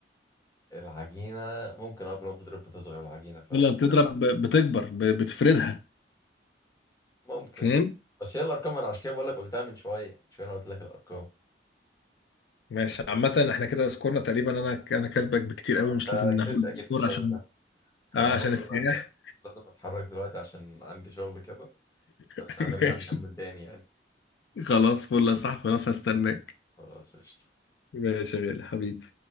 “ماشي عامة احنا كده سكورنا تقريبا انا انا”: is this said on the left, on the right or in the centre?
Left